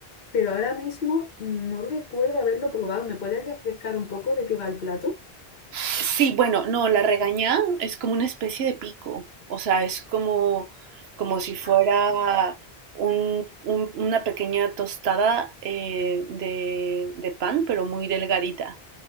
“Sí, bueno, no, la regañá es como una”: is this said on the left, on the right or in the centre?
Right